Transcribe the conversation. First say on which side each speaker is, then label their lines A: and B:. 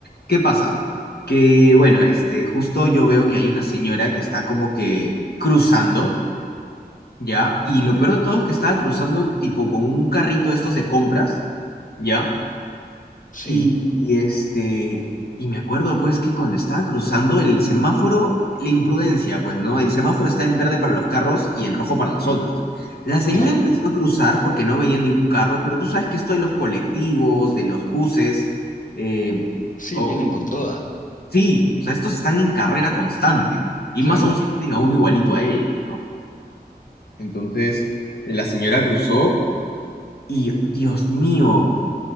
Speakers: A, on the left; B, on the left.
A: ¿Qué pasa? Que, bueno, este, justo yo veo que hay una señora que está como que cruzando, ¿ya? Y lo peor de todo es que estaba cruzando tipo con un carrito de estos de compras, ¿ya?
B: Sí,
A: Y, y, este, y me acuerdo pues que cuando estaba cruzando el semáforo, la imprudencia, pues, ¿no? El semáforo está en verde para los carros y en rojo para nosotros. La señora
B: claro.
A: empezó a cruzar porque no veía ningún carro, pero tú sabes que esto de los colectivos, de los buses, eh,
B: Sí,
A: o,
B: vienen con toda.
A: sí, o sea, estos están en carrera constante, y
B: Claro.
A: más aún si tienen a uno igualito a ellos, ¿no? Entonces, la señora cruzó y, Dios mío.